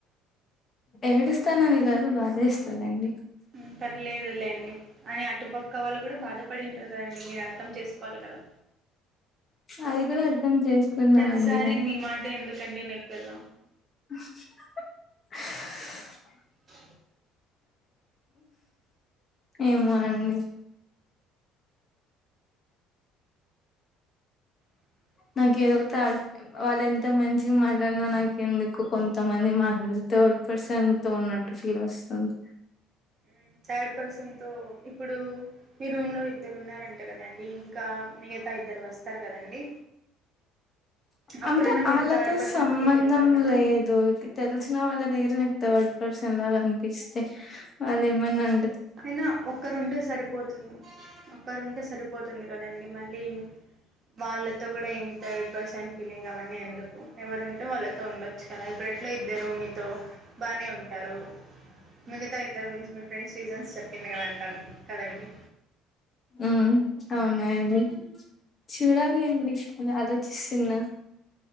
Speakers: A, on the left; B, on the right.
A: ఎడుస్తానని గాదు బాదేస్తాదండి
B: ఉమ్ పర్లేదులే అండి అయిన అటుపక్క వాళ్ళు కూడా బాధపడింటారు కదండి మీరు అర్థం చేసుకోవాలి కదా
A: అది కూడా అర్థం చేసుకున్నా
B: ప్రతిసారి
A: అండి నేను
B: మీ మాటె ఎందుకండి నెగ్గల్లా
A: <inaudible>
B: అ
A: ఏమోనండి
B: అ
A: నాకు ఏదో త వాళ్ళు ఎంత మంచిగా మాట్లాడిన నాకు ఎందుకు కొంతమంది మాట్లాడితో పర్సన్ తో ఉన్నట్టు ఫీల్ వస్తుంది
B: ఉమ్ థర్డ్ పర్సన్ తో ఇప్పుడు మీ రూమ్ లో ఇద్దరు ఉన్నారంట కదండి ఇంకా మీ మిగతా ఇద్దరు వస్తారు కదండి అప్పుడైనా
A: అంత
B: మీరు
A: అళ్ళతో
B: థర్డ్ పర్సన్
A: సంబంధం
B: ఫీల్ అవుతారు కదండి
A: లేదు తెలిసిన వాళ్ళ దగ్గర్నె నీక్ తోడ్ పర్సన్లాగానిపిస్తే వాళ్ళు ఏమన్నా అం
B: అయినా ఒక్కరుంటే సరిపోతుంది ఒక్కరుంటే సరిపోతుంది కదండి మళ్ళీ వాళ్ళతో కూడా ఏం థర్డ్ పర్సన్ ఫీలింగ్ అవన్నీ ఎందుకు ఎవరు ఉంటే వాళ్ళతో ఉండొచ్చు కదా ఇప్పుడెట్ల ఇద్దరు మీతో బాగానే ఉంటారు మిగతా ఇద్దరు <unintelligible> మీ ఫ్రెండ్స్ రీజన్స్ చెప్పింది కదాంటన్లు కదండి
A: ఉమ్ అవునా అండి చూడాలి అండి అది ఆలోచిస్తున్న